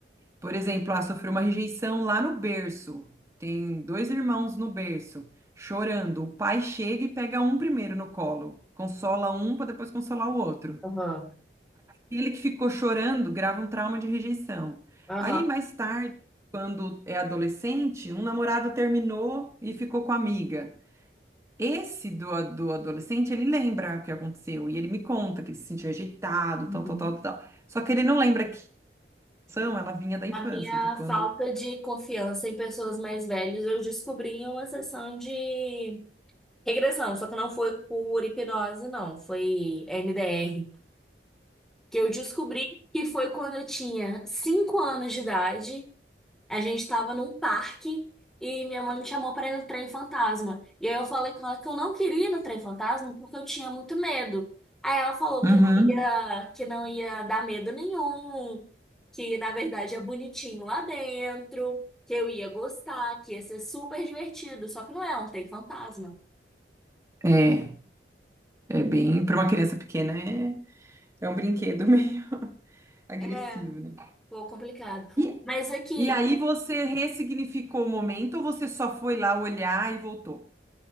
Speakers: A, on the right; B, in the centre.
A: Por exemplo, ah, sofreu uma rejeição lá no berço. Tem dois irmãos no berço, chorando. O pai chega e pega um primeiro no colo, consola um para depois consolar o outro.
B: Uhum.
A: Ele que ficou chorando grava um trauma de rejeição.
B: Aham.
A: Aí, mais tarde, quando é adolescente, um namorado terminou e ficou com a amiga. Esse do, a- do adolescente, ele lembra o que aconteceu e ele me conta que ele se sentiu rejeitado, tal,
B: Uhum.
A: tal, tal, tal. Só que ele não lembra que a rejeição, ela vinha da infância,
B: A minha
A: de quando.
B: falta de confiança em pessoas mais velhas eu descobri em uma sessão de regressão, só que não foi por hipnose, não, foi MDR. Que eu descobri que foi quando eu tinha 5 anos de idade A gente estava num parque e minha mãe me chamou para ir no trem fantasma. E aí eu falei com ela que eu não queria ir no trem fantasma porque eu tinha muito medo. Aí ela falou
A: Uhum.
B: que não ia, que não ia dar medo nenhum, que na verdade é bonitinho lá dentro, que eu ia gostar, que ia ser super divertido. Só que não é um trem fantasma.
A: É, é bem. Para uma criança pequena, é, é um brinquedo <laughs> meio agressivo,
B: É.
A: né?
B: Pô, complicado.
A: E,
B: Mas aqui,
A: e aí você ressignificou o momento ou você só foi lá olhar e voltou?